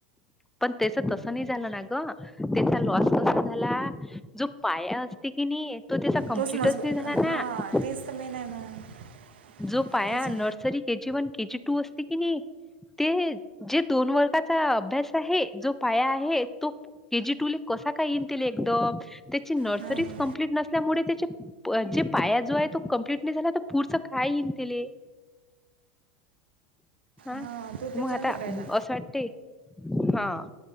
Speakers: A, in the centre; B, on the right.
A: पण त्याच तस नाही झालं ना ग. त्याचा लॉस कसा झाला? जो पाया असते कि नाही? तो त्याचा कंम्प्लिटच
B: तोच मजबूत
A: नाही झाला ना.
B: हां तेच तर मेन आहे मग
A: जो पाया
B: त्याचं
A: nursery- K G one K G two असते की नाही? ते जे दोन वर्गाचा अभ्यास- जो पाया आहे तो के जी टू ला कसा काय येईल तिले एकदम? ची नर्सरीच
B: हो नाही
A: कंप्लीट नसल्यामुळे त्याच्या- जे पाया जो आहे तो कम्प्लीट नाही झाला तर पुढच काय एईल तिले? हा.
B: हां तो त्याच्यानं
A: मग आता
B: करायला
A: असं वाटते- हा.